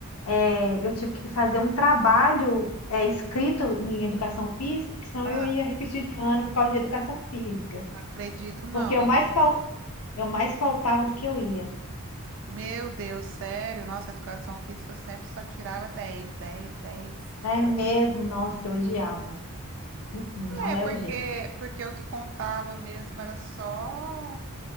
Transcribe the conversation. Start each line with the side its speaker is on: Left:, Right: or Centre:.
Left: é, eu tive que fazer um trabalho é, escrito em educação física, que senão
Right: Ah,
Left: eu ia repetir de ano por causa de educação física,
Right: não acredito, não.
Left: porque eu mais, fal- eu mais faltava do que eu ia.
Right: Meu Deus, sério, nossa, educação física eu sempre só tirava dez dez dez
Left: É mesmo, nossa, eu odiava. Hum, hum, Não
Right: É,
Left: leva
Right: porque,
Left: jeito.
Right: porque o que contava mesmo era só,